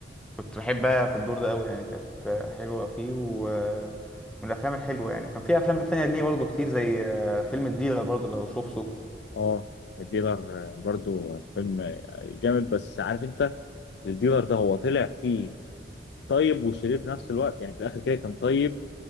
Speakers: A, in the centre; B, on the left (about 65°).
A: كنت بحبها في الدور ده قوي يعني كانت حلوة فيه ومن الأفلام الحلوة يعني وكان في أفلام تانية ليه برضه كتير زي آه، فيلم الديلر برضه لو شفته
B: اه الديلر آه، برضو فيلم آه، جامد بس عارف انت الديلر ده هو طلع فيه طيب وشرير في نفس الوقت يعني في الاخر كده كان طيب